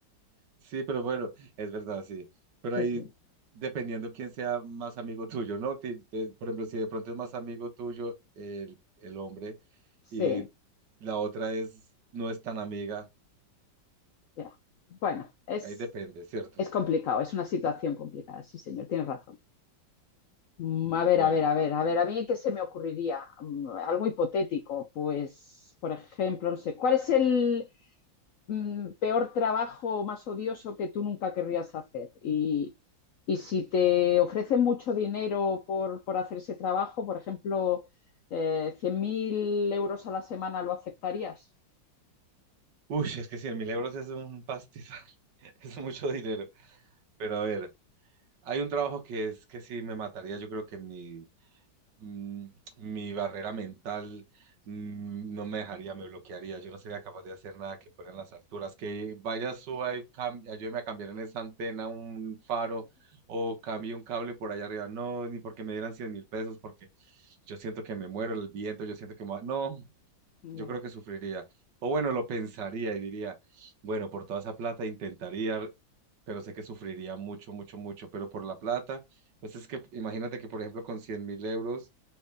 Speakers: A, on the right; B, on the left.
A: Sí, pero bueno, es verdad, sí. Pero
B: Sí,
A: ahí,
B: sí.
A: dependiendo quién sea más amigo tuyo, ¿no? Ti- te- por ejemplo, si de pronto es más amigo tuyo el, el hombre y
B: Sí,
A: la otra es, no es tan amiga,
B: ya. Bueno, es,
A: ahí depende, ¿cierto?
B: es complicado, es una situación complicada, sí, señor, tienes razón. Mm, A ver,
A: Bueno,
B: a ver, a ver, a ver, a mí qué se me ocurriría, Mm, algo hipotético, pues, por ejemplo, no sé, ¿cuál es el mm, peor trabajo o más odioso que tú nunca querrías hacer? Y, y si te ofrecen mucho dinero por, por hacer ese trabajo, por ejemplo, eh, 100.000 euros a la semana, ¿lo aceptarías?
A: uy, es que cien mil euros es un pastizal, <laughs> es mucho dinero. Pero a ver, hay un trabajo que es que sí me mataría, yo creo que en mi mm, mi barrera mental mm, no me dejaría, me bloquearía. Yo no sería capaz de hacer nada que fuera en las alturas. Que vaya, suba y cam- ayúdeme a cambiar en esa antena un faro o cambie un cable por allá arriba. No, ni porque me dieran cien mil pesos, porque yo siento que me muero el viento, yo siento que me va- No,
B: Ya.
A: yo creo que sufriría. O bueno, lo pensaría y diría, bueno, por toda esa plata intentaría, pero sé que sufriría mucho, mucho, mucho, pero por la plata, pues es que imagínate que, por ejemplo, con cien mil euros